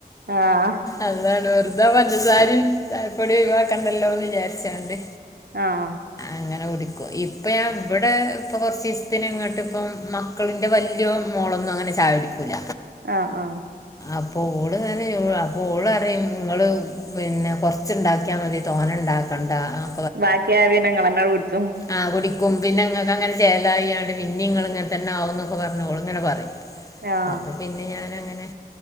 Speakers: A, on the right; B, on the left.
A: ആഹ്
B: അതാണ് വെറുതെ ആ പഞ്ചസാരിം ചായപ്പൊടി ഒഴിവാക്കണ്ടല്ലോന്ന് വിചാരിച്ചാണ്ട്
A: ആഹ്
B: അങ്ങനെ കുടിക്കും. ഇപ്പഞാൻ ഇ ബടെ ഇപ്പ കൊറ്ച്ചീസ്ത്തിന് ഇങ്ങട്ട് ഇപ്പം മക്കളിന്റെ വ ല്ല്യോൺ മോളൊന്നും അങ്ങനെ ചായ കുടിക്കൂല
A: ആഹ് അഹ്
B: അപ്പൊ ഓള് ഇങ്ങനെ അപ്പൊ ഓളറിം ഇങ്ങള് പിന്നെ കൊ ച്ച് ഇണ്ടാക്കിയാ മതി. തോന ഇണ്ടാക്കണ്ട ആഹ്
A: ബാക്കിയായ പിന്നെ ഇങ്ങളെന്നെ കുട്ച്ചും
B: ആഹ് കുടിക്കും. പിന്നെഇങ്ങക്ക് അങ്ങനെ ചേലയാണ്ട് പിന്നിംഇങ്ങള് ഇങ്ങൻ തന്നെ ആവുംന്നൊക്കെ പറഞ്ഞോള് ഇങ്ങനെ പറിം
A: ആഹ്
B: അപ്പം പിന്നെ ഞാനു അങ്ങനെ